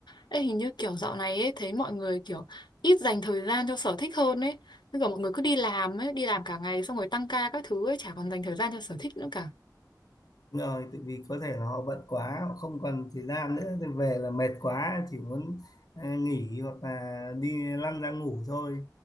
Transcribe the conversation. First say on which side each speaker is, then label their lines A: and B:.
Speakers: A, on the left; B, on the left.
A: Ê, hình như kiểu dạo này ấy, thấy mọi người kiểu ít dành thời gian cho sở thích hơn ấy. Bây giờ mọi người cứ đi làm ấy, đi làm cả ngày xong rồi tăng ca các thứ ấy, chả còn dành thời gian cho sở thích nữa cả.
B: Đúng rồi tại vì có thể là họ bận quá họ không còn thời gian nữa thì về là mệt quá chỉ muốn à, nghỉ hoặc là đi lăn ra ngủ thôi